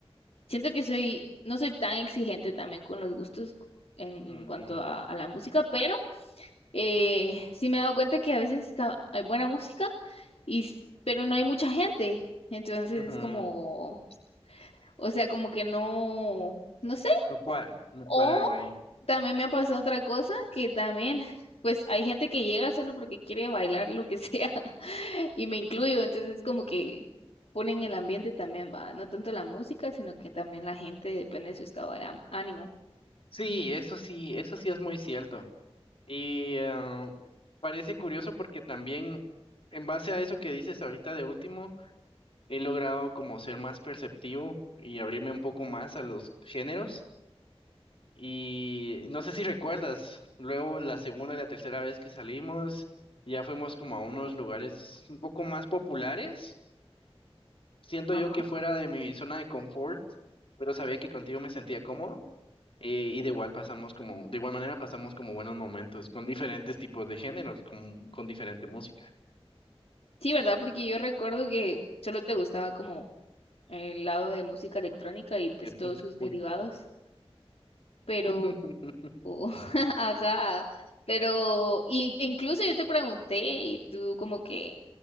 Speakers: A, on the left; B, on the left.
A: siento que soy, no soy tan exigente también con los gustos en,
B: ujú,
A: en cuanto a a la música, pero eh, sí me he dado cuenta que a veces está, hay buena música, y, s- pero no hay mucha gente. Entonces
B: ujú.
A: es como, o sea, como que no, no sé.
B: No cuadra, no
A: O
B: cuadra algo ahí.
A: también me ha pasado otra cosa que también, pues hay gente que llega solo porque quiere bailar lo que sea, <laughs> y me incluyo. Entonces es como que ponen el ambiente también, va, no tanto la música, sino que también la gente depende de su estado de am- ánimo.
B: Sí, eso sí, eso sí es muy cierto. Y eh, parece curioso porque también en base a eso que dices ahorita de último, he logrado como ser más perceptivo y abrirme un poco más a los géneros. Y no sé si recuerdas, luego la segunda y la tercera vez que salimos, ya fuimos como a unos lugares un poco más populares. Siento
A: Ajá.
B: yo que fuera de mi zona de confort, pero sabía que contigo me sentía cómodo. Eh, y de igual pasamos como, de igual manera pasamos como buenos momentos con diferentes tipos de géneros, con, con diferente música.
A: Sí, ¿verdad? Porque yo recuerdo que solo te gustaba como el lado de música electrónica y pues
B: Eh, pun-
A: todos sus
B: pun-
A: derivados,
B: pun-
A: pero,
B: <laughs>
A: <laughs> ajá, pero in- incluso yo te pregunté y tú como que,